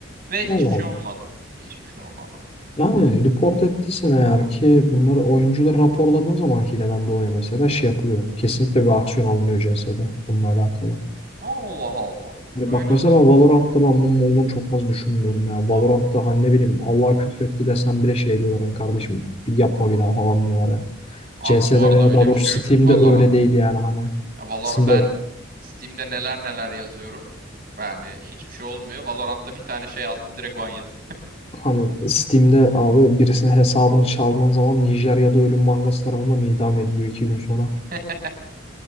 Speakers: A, on the right (about 45°); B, on the left (about 30°).
A: Ve hiçbir
B: Allah
A: şey olmadı. Hiçbir şey olmadı.
B: Yani report ettiysen eğer ki bunları oyuncuları raporladığın zaman hileden dolayı mesela şey yapılıyor. Kesinlikle bir aksiyon alınıyor CS'de bununla alakalı.
A: Allah Allah.
B: Hani
A: Öyle
B: bak mesela
A: olsun.
B: ben Valorant'ta ben bunun olduğunu çok az düşünmüyorum ya.
A: Abi.
B: Valorant'ta hani ne bileyim Allah küfretti desem bile şey diyorlar hani kardeşim bir yapma bir daha falan diyorlar ya.
A: Abi
B: CS'de
A: bu arada
B: veya
A: öyle
B: daha
A: bir
B: doğrusu
A: şey yok.
B: Steam'de
A: Valorant.
B: öyle değil yani hani.
A: Ya Valorant
B: Şimdi
A: ben Steam'de neler neler yazıyorum. Yani hiçbir şey olmuyor. Valorant'ta bir tane şey yazdım direkt ban yedim.
B: hani Steam'de abi birisinin hesabını çaldığın zaman Nijerya'da ölüm mangası tarafından idam ediliyor iki gün sonra.
A: <laughs>